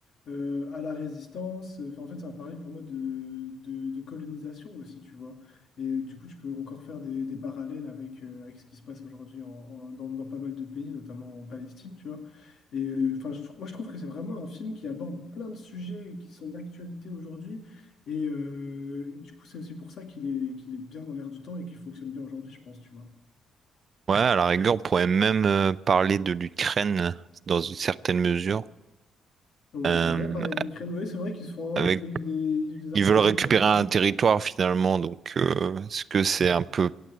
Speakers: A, on the left; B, on the right.
A: euh, à la résistance. Enfin, en fait, ça va parler pour moi de, de- de colonisation aussi, tu vois. Et euh, du coup, tu peux encore faire des, des parallèles avec, euh, avec ce qui se passe aujourd'hui en- en- dans, dans pas mal de pays, notamment en Palestine, tu vois. Et euh, enfin, je trou- moi, je trouve que c'est vraiment un film qui aborde plein de sujets qui sont d'actualité aujourd'hui. Et euh, du coup, c'est aussi pour ça qu'il est, qu'il est bien dans l'air du temps et qu'il fonctionne bien aujourd'hui, je pense, tu vois.
B: Ouais, à la rigueur, on pourrait même euh, parler de l'Ukraine dans une certaine mesure.
A: On
B: Euh,
A: pourrait parler de l'Ukraine. Oui, c'est vrai qu'ils se font.
B: avec,
A: Il est... il- Les
B: ils
A: Arcanènes.
B: veulent récupérer
A: Arcanènes.
B: un territoire finalement, donc euh, est-ce que c'est un peu,